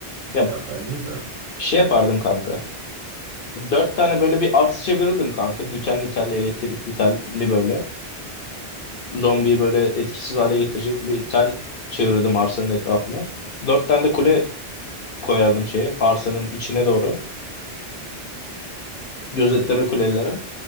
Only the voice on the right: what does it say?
Ya bence de Hı